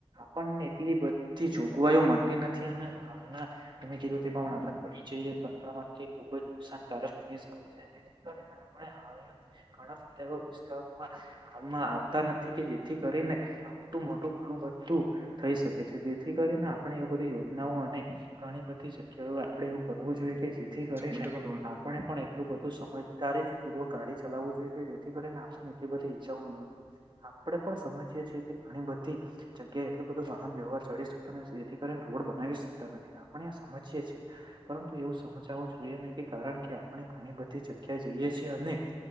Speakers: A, on the right; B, on the right.
A: પણને એટલી બધી જોગવાઈઓ મળતી નથી અને હાલના તમે કીધું તે પ્રમાણે આપડે પડી જઈએ. <unintelligible> આપણા માટે ખુબ જ નુકસાનકારક બની શકે છે જેથી કરીને <unintelligible> ઘણા બધા એ વિસ્તારોમાં હાલમાં આવતા નથી. કે જેથી કરીને આવતું મોટું ઘણું બધું તો થઈ શકે છે જેથી કરીને આપણે એ બધી યોજનાઓ અને ઘણી બધી કેવું આપડે એવું કરવું જોઈએ કે જેથી કરીને
B: સબમિટ કરો ને.
A: આપણે પણ એટલું બધું સમજદારીથી પૂર્વક ગાડી ચલાવવું જોઈએ કે જેથી કરીને એટલી બધી ઇચ્છાઓ ન થાય આપડે પણ સમજીયે છે કે ઘણી બધી જગ્યાએ એટલું બધું વાહન વ્યવહાર ચડીશું જેથી કરીને રોડ બનાવી શકતા નથી આપણે સમજી એ છે પરંતુ એવું સમજાવવું જોઈએ નઈ કે કારણ કે આપણે ઘણી બધી જગ્યા જઈએ છીએ અને